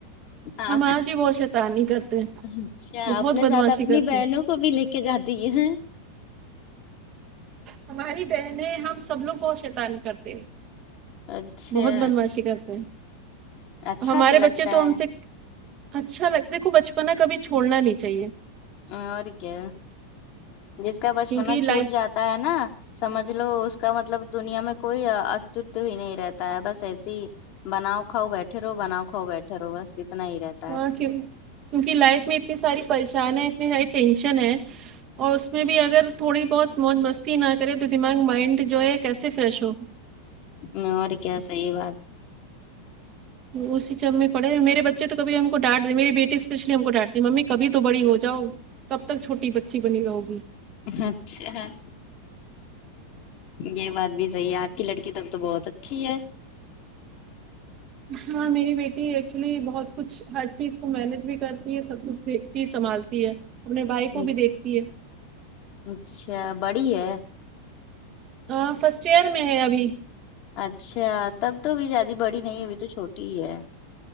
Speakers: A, on the left; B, on the right.
A: ہاں
B: ہم آج بھی بہت شیطانی کرتے ہیں
A: اچھا
B: بہت
A: اپنے
B: بدماشی
A: ساتھ اپنی
B: کرتے
A: بہنوں
B: ہیں
A: کو بھی لے کے جاتی ہاں
B: ہماری بہنیں ہم سب لوگ کو شیتان کرتے ہیں
A: اچھا
B: بہت بدماشی کرتے ہیں
A: اچھا
B: ہمارے
A: بھی لگتا
B: بچے تو
A: ہے
B: ہم سے اچھا لگتا دیکھو بچپنا کبھی چھوڑنا نہیں چاہیے
A: اور کیا جس کا بچپنا
B: کیونکہ لائف
A: چھوٹ جاتا ہے نا سمجھ لو اس کا مطلب دنیا میں کوئی استتو ہی نہیں رہتا ہے بس ایسی ہی بناؤ کھاؤ بیٹھے رہو بناؤ کاؤ بیٹھے رہو بس اتنا ہی رہتا
B: ہاں کی کیونکہ لائف میں اتنی ساری پریشان ہے اتنی ساری ٹینشن ہے اور اس میں بھی اگر تھوڑی بہت موج مستی نہ کرے تو دماغ مائنڈ جو ہے کیسے فریش ہو
A: نور کیا صحیح بات
B: وہ اسی چب میں پڑھے میرے بچے توکبھی ہم کو ڈانٹ دے میری بیٹی اسپیشلی ہم کو ڈانٹ دی ممی کبھی تو بڑی ہو جاؤ کب تک چھوٹی بچی بنی رہو گی
A: اچھا ہاں یہ بات بھی صحیح ہے آپ کی لڑکی تب تو بہت اچھی ہے
B: ہاں میری بیٹی ایکچولی بہت کچھ ہر چیز کو مینج بھی کرتی ہے سب کچھ دیکھتی سنبھالتی ہے اپنے بھائی
A: جی
B: کو بھی دیکھتی ہے
A: اچھا بڑی ہے
B: ہاں فرسٹ ایئر میں ہے ابھی
A: اچھا تب تو ابھی زیادہ بڑی نہیں ابھی تو چھوٹی ہی ہے